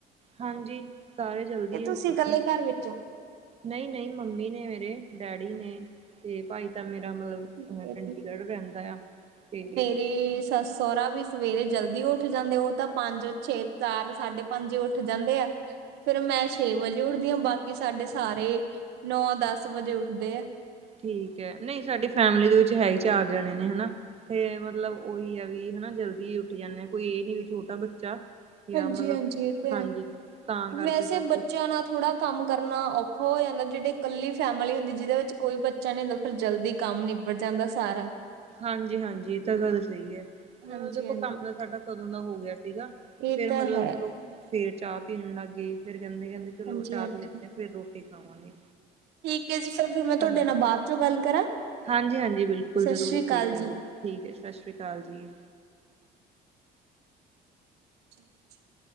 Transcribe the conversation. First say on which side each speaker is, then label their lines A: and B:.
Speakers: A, on the right; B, on the right.
A: ਹਾਂਜੀ। ਸਾਰੇ ਜਲਦੀ
B: ਕਿ
A: ਹੀ
B: ਤੁਸੀਂ
A: ਉਠਦੇ
B: ਇਕੱਲੇ
A: ਆਂ।
B: ਘਰ ਵਿੱਚੋਂ?
A: ਨਹੀਂ-ਨਹੀਂ ਮੰਮੀ ਨੇ ਮੇਰੇ, ਡੈਡੀ ਨੇ, ਤੇ ਭਾਈ ਤਾ ਮੇਰਾ ਮਤਲਬ
B: ਠੀਕ
A: ਅ
B: ਹੈ
A: ਚੰਡੀਗੜ੍ਹ ਰਹਿੰਦਾ ਯਾਂ, ਤੇ
B: ਤੇ ਸੱਸ-ਸਹੁਰਾ ਵੀ ਸਵੇਰੇ ਜਲਦੀ ਉੱਠ ਜਾਂਦੇ, ਉਹ ਤਾਂ ਪੰਜ, ਛੇ, ਚਾਰ ਸਾਢੇ ਪੰਜ ਉੱਠ ਜਾਂਦੇ ਆ। ਫਿਰ ਮੈਂ ਛੇ ਵਜੇ ਉੱਠਦੀ ਹਾਂ ਬਾਕੀ ਸਾਡੇ ਸਾਰੇ ਨੌਂ ਦਸ ਵਜੇ ਉੱਠਦੇ ਐ।
A: ਠੀਕ ਹੈ, ਨਹੀਂ, ਸਾਡੀ ਫੈਮਲੀ ਵਿੱਚ ਤਾਂ ਸਿਰਫ਼ ਚਾਰ ਜਣੇ ਹੀ ਹਨਾ। ਤੇ ਮਤਲਬ ਉਹੀ ਐ ਵੀ ਹਨਾ ਜਲਦੀ ਉੱਠ ਜਾਂਦੇ ਆ ਕੋਈ ਇਹ ਨੀ ਵੀ ਛੋਟਾ ਬੱਚਾ ਜਾਂ
B: ਹਾਂਜੀ
A: ਮਤਲਬ
B: ਹਾਂਜੀ, ਇਹ ਤੇ
A: ਹਾਂਜੀ ਤਾਂ ਕਰਕੇ
B: ਵੈਸੇ
A: ਬਸ
B: ਬੱਚਿਆਂ ਨਾਲ ਥੋੜਾ। ਕੰਮ ਕਰਨਾ ਔਖਾ ਹੋ ਜਾਂਦਾ। ਜਿਹੜੇ ਇਕੱਲੇ ਪਰਿਵਾਰ ਹੁੰਦੇ ਹਨ, ਜਿਨ੍ਹਾਂ ਵਿੱਚ ਕੋਈ ਬੱਚਾ ਨਹੀਂ ਹੁੰਦਾ, ਉਹ ਫਿਰ ਜਲਦੀ, ਕੰਮ ਨਿਬੜ ਜਾਂਦਾ ਸਾਰਾ।
A: ਹਾਂਜੀ ਹਾਂਜੀ, ਇਹ ਤਾਂ ਗੱਲ ਸਹੀ ਐ। ਹੁਣ
B: ਹਾਂਜੀ
A: ਦੇਖੋ,
B: ਹਾਂਜੀ
A: ਸਾਡਾ ਕੰਮ ਤਾਂ ਕਦੋਂ ਦਾ ਹੀ ਹੋ ਗਿਆ ਸੀ।
B: ਇਹ
A: ਫੇਰ
B: ਤਾਂ
A: ਮਤਲਬ
B: ਹੈ
A: ਚਲੋ ਫੇਰ ਚਾਹ ਪੀਣ ਲੱਗ ਗਏ। ਫਿਰ ਕਹਿੰਦੇ, ਚਲੋ
B: ਹਾਂਜੀ
A: ਪਹਿਲਾਂ ਚਾਹ
B: ਹਾਂਜੀ
A: ਪੀ ਲਈਏ, ਫਿਰ ਰੋਟੀ ਖਾਵਾਂਗੇ।
B: ਠੀਕ ਐ ਜੀ। ਮੈਂ ਤੁਹਾਡੇ
A: ਹਾਂਜੀ
B: ਨਾਲ ਬਾਅਦ ਚੋਂ ਗੱਲ ਕਰਾਂ
A: ਹਾਂਜੀ, ਹਾਂਜੀ ਬਿਲਕੁਲ
B: ਸਤਿ
A: ਜਦੋਂ
B: ਸ੍ਰੀ
A: ਵੀ
B: ਅਕਾਲ
A: ਫਰੀ ਹੋਏ
B: ਜੀ
A: ਠੀਕ ਐ ਸਤਿ ਸ਼੍ਰੀ ਅਕਾਲ ਜੀ।
B: <inaudible>